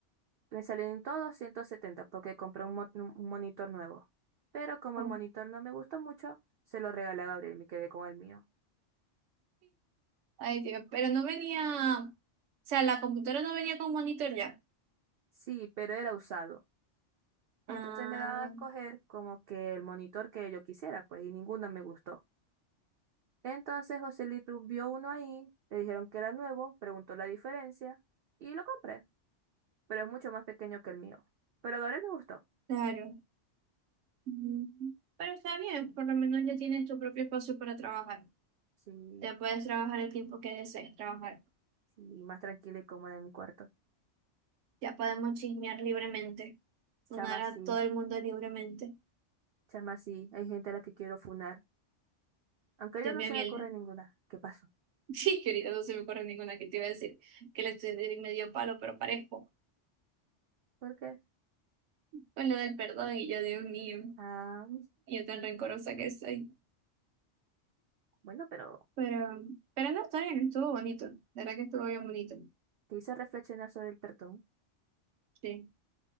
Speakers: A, on the right; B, on the right.
A: me salieron todos 170 porque compré un, mo- un monitor nuevo. Pero como
B: Ok.
A: el monitor no me gustó mucho, se lo regalé a Gabriel, me quedé con el mío.
B: Ay, Dios, pero no venía, o sea, la computadora no venía con monitor ya.
A: Sí, pero era usado. Entonces
B: Ah,
A: me daba a escoger como que el monitor que yo quisiera, pues, y ninguno me gustó. Entonces José Luis vio uno ahí, le dijeron que era nuevo, preguntó la diferencia y lo compré. pero es mucho más pequeño que el mío. Pero a Gabriel le gustó.
B: claro. Mm, Pero está bien, por lo menos ya tienes tu propio espacio para trabajar.
A: Sí,
B: Ya puedes trabajar el tiempo que desees trabajar.
A: sí, más tranquila y cómoda en mi cuarto.
B: Ya podemos chismear libremente, sonar
A: Chama
B: a
A: sí,
B: todo el mundo libremente.
A: chama sí, hay gente a la que quiero funar. Aunque
B: Dios
A: yo no
B: mío,
A: se
B: miel.
A: me ocurre ninguna. ¿Qué pasó?
B: Sí, que ahorita no se me ocurre ninguna que te iba a decir que le estoy de medio palo, pero parejo.
A: ¿Por qué?
B: Con lo del perdón y yo, Dios mío,
A: Ah,
B: y yo tan rencorosa que soy.
A: <laughs> bueno, pero
B: Pero, pero no, está bien, estuvo bonito. La verdad que estuvo bien bonito.
A: te hice reflexionar sobre el perdón.
B: Sí.